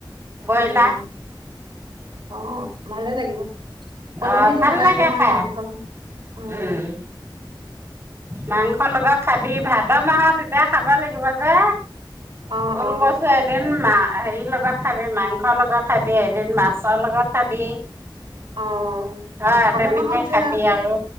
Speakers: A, on the right; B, on the right.
A: ব্ৰইলাৰ
B: উম। অ'হ। ভালে লাগিব। কলডিলো
A: অ', ভাল
B: বনাই
A: লাগে
B: নহয়
A: খাই,
B: মাংসৰ লগত। অ'হ।
A: উম, মাংসৰ লগত খাবি। ভাদ মাহত তেতিয়া খাব লাগিব যে
B: অ
A: ওলকচু
B: অ
A: এদিন মা, হেৰিৰ লগত খাবি মাংসৰ লগত খাবি। এদিন মাছৰ লগত খাবি।
B: অ'হ।
A: অ',
B: ভাদমাহত
A: তেনেকে
B: যে
A: খাবি আৰু